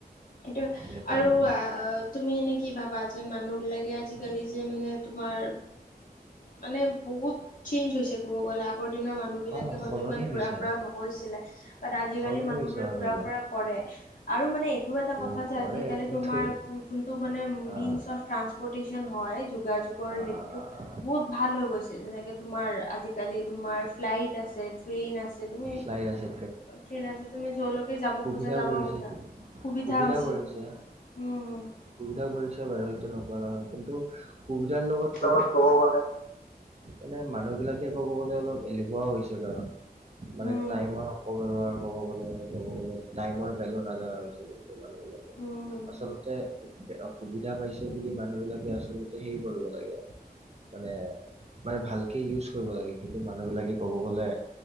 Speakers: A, on the left (about 55°); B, on the right (about 40°).
A: সেইটোয়ে
B: তেনেকুৱা
A: আৰু।
B: হৈছে ন
A: আহ তুমি এনেই কি ভাবা, যে মানুহবিলাকে আজিকালি যে মানে তোমাৰ, মানে বহুত চেঞ্জ হৈছে। ক'ব গ'লে আগৰ দিনৰ মানুহ বিলাকে
B: অ
A: হয়তো
B: সলনি
A: ইমান
B: হৈছে
A: ঘুৰা -ফুৰা নকৰিছিলে। তাত আজিকালি
B: সলনি
A: মানুহবোৰে
B: হৈছে মানুহবিলাক
A: ঘূৰা ফুৰা, কৰে। আৰু এইটো এটা
B: ত'
A: কথা
B: কৰে
A: যে,
B: কিন্তু
A: তোমাৰ ফোন চোনটো মানে মেনছত,
B: অ
A: ট্ৰংপতেচন হয়। বহুত
B: অ অ অ অ
A: ভাল হয় গৈছে। যেনেকে, তোমাৰ আজিকালি তোমাৰ, ফ্লাইট আছে ট্ৰেইন আছে, তুমি
B: ফ্লাইট আছে
A: ট্ৰেইন আছে তুমি য'লৈকে যাব। খোজা
B: সুবিধাও
A: যাব
B: কৰিছে
A: খোজা
B: দিছে। সুবিধা
A: হৈছে
B: কৰিছে।
A: বহুত উম হম
B: সুবিধা কৰিছে বাৰু। সেইটো নকৰা নহয়। কিন্তু সুবিধাৰ লগত,
A: ত ক'ব গলে,
B: মানে মানুহ বিলাকে ক'ব গলে, অলপ এলেহুৱা হৈছে। কাৰণ মানে
A: উম
B: টাইমৰ অপব্যৱহাৰ, ক'ব গলে মানে, ক'ব গলে টাইমৰ ভেলু নাজানা হৈছে। কিন্তু মানুহ বিলাকে
A: উম
B: আচলতে
A: হুম
B: অসুবিধা পাইছে বুলি, মানুহ বিলাকে আচলতে হেই কৰিব লাগে। মানে মানে ভালকে ইউজ কৰিব লাগে। কিন্তু মানুহবিলাকে ক'ব গ'লে